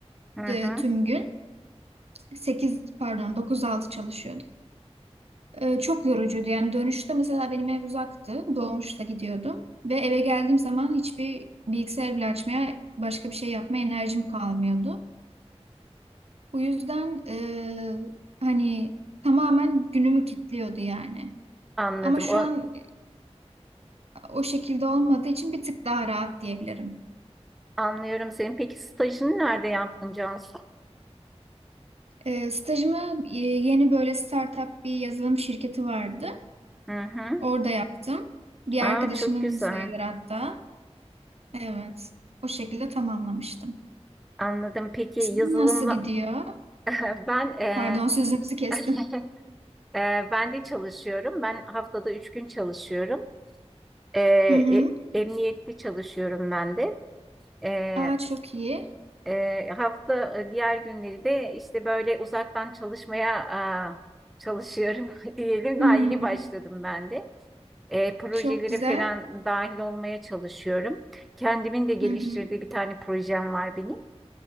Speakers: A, in the centre; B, on the right.
A: Hı
B: e,
A: hı.
B: tüm gün. 8 pardon dokuz altı çalışıyordum. Ee, çok yorucuydu. Yani dönüşte mesela benim ev uzaktı. Dolmuşta gidiyordum. Ve eve geldiğim zaman hiçbir bilgisayar bile açmaya, başka bir şey yapmaya enerjim kalmıyordu. Bu yüzden e, hani tamamen günümü kilitliyordu yani.
A: Anladım.
B: Ama şu
A: O,
B: an o şekilde olmadığı için bir tık daha rahat diyebilirim.
A: anlıyorum senin. Peki stajını nerede yaptın Cansu?
B: Ee, stajımı e, yeni böyle startup bir yazılım şirketi vardı.
A: Hı hı.
B: Orada yaptım. Bir
A: Aa
B: arkadaşımın
A: çok güzel.
B: sayılır hatta. Evet. O şekilde tamamlamıştım.
A: Anladım. Peki
B: Sizin
A: yazılımla
B: nasıl gidiyor?
A: <laughs> ben e,
B: Pardon sözünüzü kestim.
A: <laughs> e, ben de çalışıyorum. Ben haftada üç gün çalışıyorum. E, e,
B: Hı hı.
A: emniyetli çalışıyorum ben de. E,
B: Aa çok iyi.
A: E, hafta e, diğer günleri de işte böyle uzaktan çalışmaya e, çalışıyorum <laughs> diyelim.
B: Hmm,
A: Daha yeni başladım ben de. E, projelere
B: çok güzel.
A: falan dahil olmaya çalışıyorum. Kendimin de geliştirdiği
B: Hı hı.
A: bir tane projem var benim.